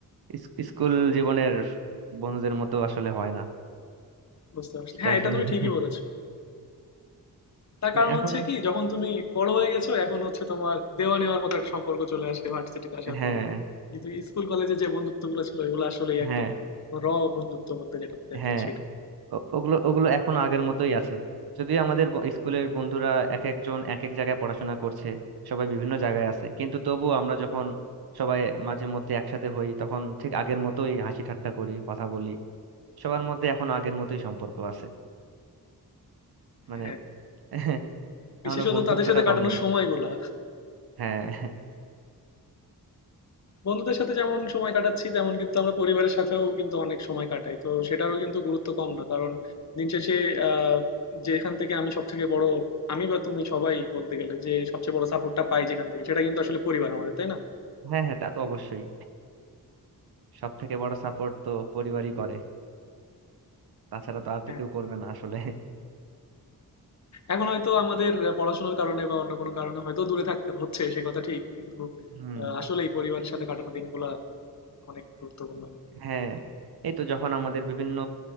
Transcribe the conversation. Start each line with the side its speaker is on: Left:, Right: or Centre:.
Right: ইস- স্কুল জীবনের বন্ধুদের মতো আসলে হয় না
Left: বুঝতে পারছি
Right: সেটা
Left: হ্যাঁ
Right: আসলে
Left: এটা তুমি
Right: <laughs>
Left: ঠিকই বলেছো তার কারণ
Right: এখন
Left: হচ্ছে কি যখন তুমি বড় হয়ে গেছো এখন হচ্ছে তোমার দেওয়া নেওয়ার মতো একটা সম্পর্ক চলে আসে ভার্সিটিতে আসার
Right: হ্যাঁ
Left: পরে কিন্তু স্কুল কলেজে যে বন্ধুত্বগুলো ছিল এগুলো আসলেই একদম
Right: হ্যাঁ
Left: র বন্ধুত্ব বলতে যেটা বলে
Right: হ্যাঁ
Left: আর কি সেটাই
Right: ও- ওগুলো ওগুলো এখনো আগের মতোই আছে যদিও আমাদের ব- স্কুলের বন্ধুরা এক একজন এক এক জায়গায় পড়াশোনা করছে সবাই বিভিন্ন জায়গায় আছে কিন্তু তবুও আমরা যখন সবাই মাঝে মধ্যে একসাথে হই তখন ঠিক আগের মতোই হাসি ঠাট্টা করি কথা বলি সবার মধ্যে এখন আগের মতোই সম্পর্ক আছে মানে
Left: হ্যাঁ
Right: <laughs> এখনো
Left: বিশেষত
Right: বন্ধুত্বটা
Left: তাদের সাথে
Right: কমেনি
Left: কাটানোর সময়গুলা
Right: হ্যাঁ
Left: বন্ধুদের সাথে যেমন সময় কাটাচ্ছি তেমন কিন্তু আমরা পরিবারের সাথেও কিন্তু অনেক সময় কাটাই তো সেটারও কিন্তু গুরুত্ব কম না কারণ দিন শেষে আহ, যেখান থেকে আমি সব থেকে বড় আমি বা তুমি সবাই বলতে গেলে যে সবচেয়ে বড় সাপোর্টটা পাই যেখান থেকে সেটা কিন্তু আসলে পরিবার আমাদের তাই না
Right: হ্যাঁ হ্যাঁ তা তো অবশ্যই সব থেকে বড় সাপোর্ট তো পরিবারই করে তাছাড়া তো আর তো
Left: হ্যাঁ
Right: কেউ করবে না আসলে
Left: এখন হয়তো আমাদের পড়াশোনার কারণে বা অন্য কোনো কারণে হয়তো দূরে থাকতে হচ্ছে সে কথা ঠিক কিন্তু
Right: হুম
Left: আহ, আসলেই পরিবারের সাথে কাটানো দিনগুলা অনেক গুরুত্বপূর্ণ আমাদের
Right: হ্যাঁ এই তো যখন আমাদের বিভিন্ন